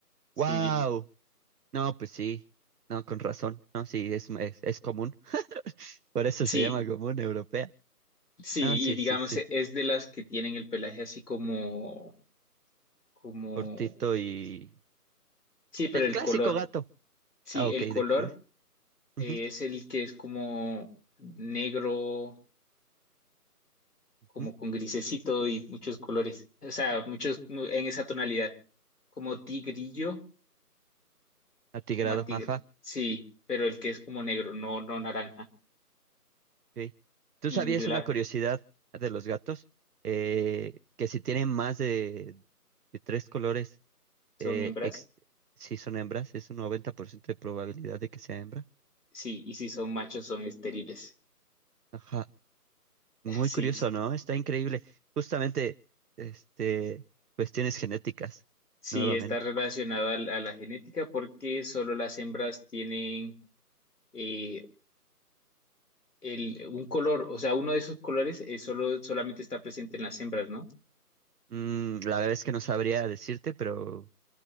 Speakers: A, on the left (about 75°); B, on the right (about 70°).
A: Sí,
B: ¡Wow! No, pues sí. No, con razón. No, sí, es, es, es común. Por eso
A: sí,
B: se llama común europea.
A: sí.
B: No, sí,
A: Y digamos,
B: sí, sí.
A: eh, es de las que tienen el pelaje así como, como,
B: Cortito y.
A: sí, pero
B: Del
A: el
B: clásico
A: color.
B: gato.
A: Sí,
B: Ah, ok,
A: el
B: de
A: color
B: color.
A: eh,
B: Ujú,
A: es el que es como negro como
B: ujú,
A: con grisecito y muchos colores, o sea, muchos mu- en esa tonalidad, como tigrillo,
B: ok. Atigrado,
A: como a tigre,
B: ajá.
A: sí, pero el que es como negro, no, no naranja,
B: ok. ¿Tú
A: y
B: sabías
A: la-
B: una curiosidad de los gatos? Eh, que si tienen más de, de tres colores
A: son
B: Eh,
A: hembras,
B: ex- si son hembras, es un 90% de probabilidad de que sea hembra.
A: sí, y si son machos son estériles,
B: Ajá. Muy
A: <laughs> sí,
B: curioso,
A: sí,
B: ¿no? Está increíble. Justamente, este, cuestiones genéticas,
A: sí,
B: nuevamente.
A: está relacionado al- a, la genética porque solo las hembras tienen eh, el, un color, o sea, uno de esos colores eh, solo, solamente está presente en las hembras, ¿no?
B: Mm, la verdad es que no sabría decirte, pero